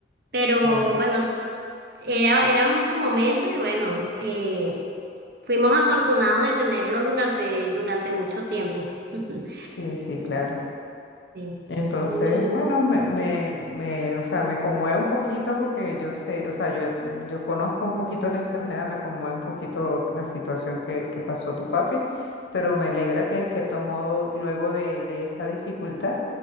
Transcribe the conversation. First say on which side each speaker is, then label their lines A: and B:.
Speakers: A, on the right; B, on the left.
A: Pero
B: claro.
A: bueno, era, era su momento y bueno, eh, fuimos afortunados de tenerlo durante, durante mucho tiempo. <laughs>
B: Sí, sí, claro.
A: Sí.
B: Entonces,
A: Mi,
B: bueno, me, me, me, o sea, me conmueve un poquito porque yo sé, o sea, yo, he- mm, yo conozco un poquito la enfermedad, me conmueve un poquito la situación que, que pasó tu papi, pero me alegra que en cierto modo, luego de, de esa dificultad,